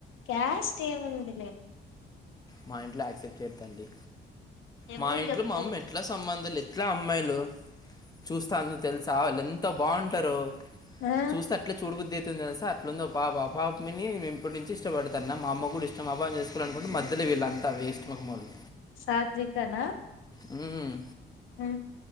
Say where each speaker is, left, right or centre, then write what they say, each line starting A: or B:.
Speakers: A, on the left; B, on the left.
A: క్యాస్ట్ ఏముందిలే
B: మా ఇంట్లో యాక్సెప్ట్ చేయదు తల్లి
A: మి అమ్మ
B: మా ఇంట్లో
A: కి చె
B: మా అమ్మ ఎట్లా సంబంధాలు ఎట్లా అమ్మాయిలు చూస్తా అందుకు తెలుసా వాళ్ళు ఎంతో బాగుంటారో
A: ఆ
B: చూస్తా అట్లే చూడబుద్ది ఎట్లుదో తెలుసా అట్లాంది ఆ పా పాపని నేను ఎప్పటి నుంచి ఇష్టపడత అన్న మా అమ్మ కూడా ఇష్టం ఆమెని చేసుకోవాలి అనుకుంటే మధ్యలో విలాంత వేస్ట్ ముక్కం వాళ్ళు
A: సాత్వికనా
B: ఉమ్
A: అమ్